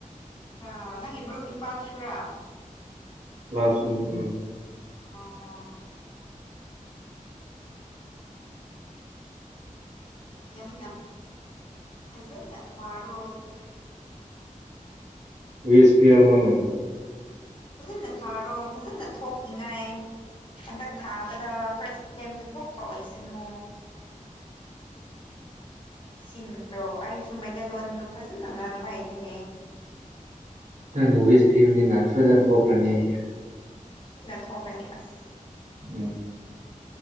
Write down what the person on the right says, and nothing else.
ꯃꯥꯁꯨꯟ ꯎꯝ ꯎꯝ
ꯋꯤꯁ ꯄꯤꯔꯝꯃꯣꯅꯦ
ꯅꯪꯅ ꯋꯤꯁ ꯄꯤꯕꯅꯤꯅ ꯁꯣꯢꯗꯅ ꯊꯣꯛꯈ꯭ꯔꯅꯤ ꯑꯩꯁꯦ
ꯎꯝ